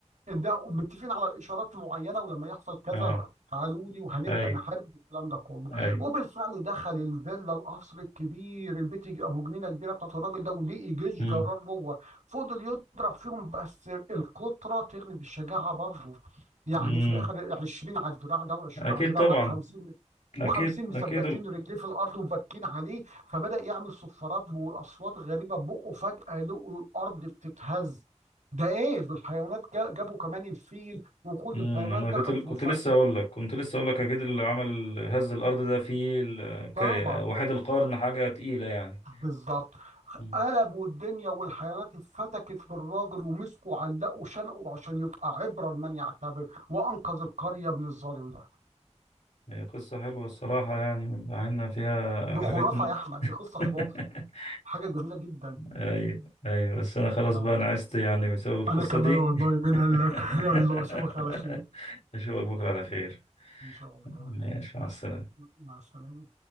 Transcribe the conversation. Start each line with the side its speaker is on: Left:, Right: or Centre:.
Right: ان ده متفقين على اشارات معينه ولما يحصل كذا
Left: اه
Right: تعالوا لي وهنبدا
Left: ايوه
Right: نحارب الكلام ده كله
Left: ايوه
Right: وبالفعل دخل الفيلا القصر الكبير البيت الج- ابو جنينه كبيره بتاعت الراجل ده ولقي جيش
Left: امم
Right: جرار جوه فضل يضرب فيهم بس القطره تغلب بالشجاعه برضه يعني
Left: امم
Right: في الاخر 20 على الدراع ده و20
Left: اكيد
Right: على الدراع
Left: طبعا
Right: ده و50
Left: اكيد
Right: و50 مثبتين
Left: اكيد
Right: رجليه في الارض وباركين عليه فبدأ يعمل صفارات وأصوات غريبة بقه فجأة لقوا الأرض بتتهز ده إيه دول الحيوانات جا- جابوا كمان الفيل وكل
Left: امم
Right: الحيوانات
Left: انا
Right: دخلت
Left: كنت كنت
Right: وف...
Left: لسه اقول لك كنت لسه اقول لك اكيد اللي عمل هز الارض ده فيه ال- ك-
Right: طبعا
Left: وحيد القرن حاجه تقيله يعني
Right: بالظبط
Left: مم.
Right: قلبوا الدنيا والحيوانات اتفتكت بالراجل ومسكوا علقوا شنقوا عشان يبقى عبرة لمن يعتبر وأنقذ القرية من الظالم ده
Left: هي قصه حلوه الصراحه يعني من- مع ان فيها
Right: دي
Left: حاجات
Right: خرافة
Left: م-
Right: يا أحمد دي قصة
Left: <laughs>
Right: خرافة حاجة جميلة جدا
Left: ايوه ايوه بس انا خلاص
Right: يا
Left: بقى
Right: الله
Left: انا عشت يعني بسبب القصه
Right: أنا كمان
Left: دي
Right: والله مين
Left: <laughs>
Right: قال لك <laughs> يلا أشوفك على خير
Left: اشوفك بكره على خير
Right: إن شاء الله
Left: ماشي
Right: مع
Left: مع السلامه
Right: الس- مع السلامة